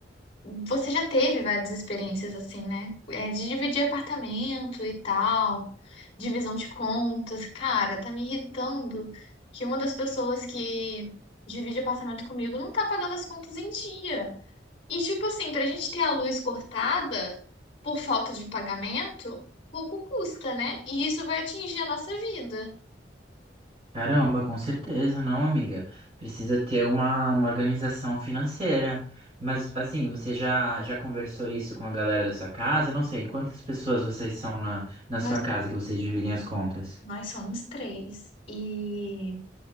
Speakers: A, on the left (about 35°); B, on the right (about 35°).
A: Você já teve várias experiências assim, né? É, de dividir apartamento e tal, divisão de contas. Cara, tá me irritando que uma das pessoas que divide apartamento comigo não tá pagando as contas em dia. E tipo assim, pra gente ter a luz cortada por falta de pagamento, pouco custa, né? E isso vai atingir a nossa vida.
B: Caramba, com certeza, não, amiga. Precisa ter uma, uma organização financeira. Mas assim, você já já conversou isso com a galera da sua casa? Eu não sei quantas pessoas vocês são na, na
A: Nós,
B: sua casa que vocês dividem as contas.
A: nós somos três. E,